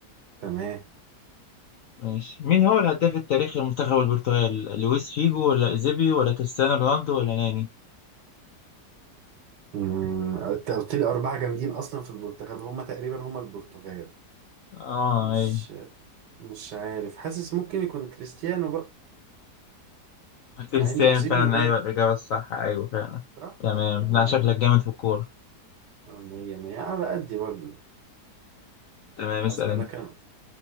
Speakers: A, on the right; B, on the left.
A: تمام
B: ماشي مين هو الهداف التاريخي لمنتخب البرتغال لويس فيجو ولا ايزيبي ولا كريستيانو رونالدو ولا ناني
A: مم، انت قلت لي اربعة جامدين اصلا في البرتغال هما تقريبا هما البرتغال
B: اه
A: مش
B: ايوه
A: مش عارف حاسس ممكن يكون كريستيانو بقى
B: كريستيانو
A: مع ان اوزيبيو
B: فعلا
A: جايب
B: ايوه الاجابة الصح ايوه فعلا
A: صح
B: تمام
A: طب تمام
B: لا شكلك جامد في الكورة
A: اه مية مية على قدي برضو
B: تمام اسأل
A: هسألك
B: انت
A: انا